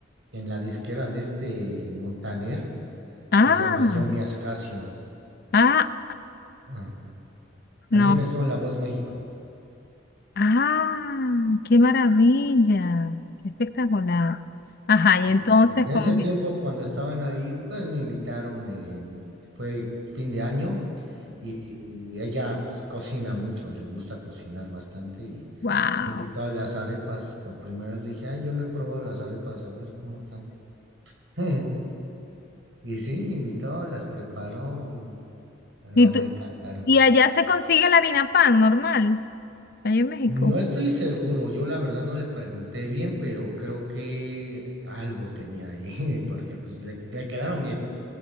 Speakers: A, on the right (about 70°); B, on the left (about 50°).
A: en la disquera de este Montaner,
B: Ah,
A: se llama Yomi Ascasio.
B: ah,
A: Ajá. También
B: no.
A: estuvo en La Voz México.
B: Ah, qué maravilla. Qué espectacular. Ajá, y
A: Y
B: entonces,
A: en ese
B: como
A: tiempo, cuando estaban ahí, pues me invitaron, eh, fue fin de año y ella pues cocina mucho, le gusta cocinar bastante y
B: Wow.
A: me invitó a las arepas. Por primera vez le dije, ay, yo no he probado las arepas, a ver cómo están. <laughs> Y sí, me invitó, las preparó y no,
B: ¿Y
A: me
B: tú?
A: encantaron.
B: ¿Y allá se consigue la harina pan normal? Allá en México.
A: No estoy seguro, yo la verdad no le pregunté bien, pero creo que algo tenía ahí, <laughs> porque pues le, le quedaron bien.